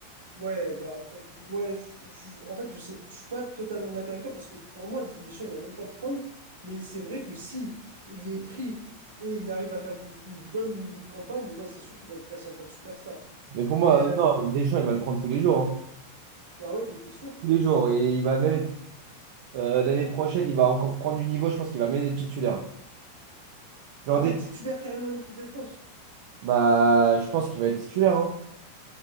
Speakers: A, on the right; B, on the right.
A: Ouais, bah, bah, ouais, je- je- en fait, je sais, je suis pas totalement d'accord avec toi parce que pour moi, Didier Deschamps, il va même pas le prendre. Mais c'est vrai que si il est pris et il arrive à faire une, une bonne campagne, ouais, c'est sûr qu'il va être classé en tant que superstar.
B: Mais pour
A: Mais
B: moi,
A: euh,
B: euh, non, Deschamps, il va le prendre tous les jours. hein.
A: ah ouais, t'es t'es sûr?
B: Tous les jours. Et il va même être, euh, l'année prochaine, il va encore prendre du niveau. Je pense qu'il va même être titulaire. Genre,
A: Ah
B: Deschamps,
A: ouais, titulaire carrément en équipe de France.
B: bah, je pense qu'il va être titulaire. hein.